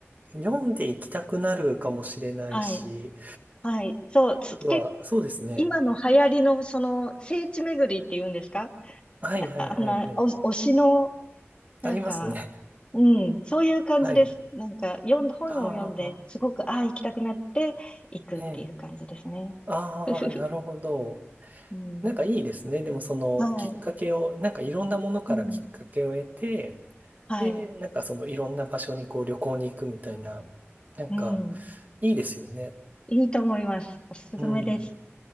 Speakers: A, on the right; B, on the left.
A: の、読んでいきたくなるかもしれないし、
B: はい。はい。そう。つ、け、
A: は、そうですね。
B: 今の流行りの、その、聖地巡りって言うんですか
A: はいはいはいはい。
B: あ <laughs> あんな、お、推しの、なんか、
A: ありますね。
B: うん。そういう感じです。
A: <laughs> はい。
B: なんか、読ん、本を読んで、
A: ああ、
B: すごく、ああ、行きたくなって、行くっていう感じですね。
A: ええ。ああ、
B: <laughs>
A: なるほど。
B: うん。
A: なんかいいですね。でもそのきっかけを、
B: はい。
A: なんかいろんなものからきっかけを得て、
B: うん。はい。
A: で、なんかそのいろんな場所にこう旅行に行くみたいな、なんか
B: うん。
A: いいですよね。
B: いいと思います。おすすめです。
A: うん。